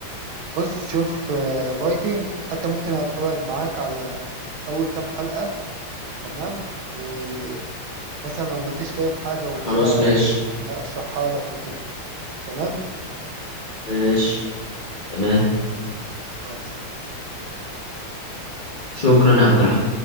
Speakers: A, on the right; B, on the left.
A: بص شوف آه فايكنج حتى ممكن اتفرج معاك على اول كام حلقة تمام ومثلا لو ما انتش فاهم حاجة وكده
B: خلاص ماشي
A: اشرحها لك وكده تمام
B: ماشي تمام
A: خلاص
B: شكرا يا عبد الرحمن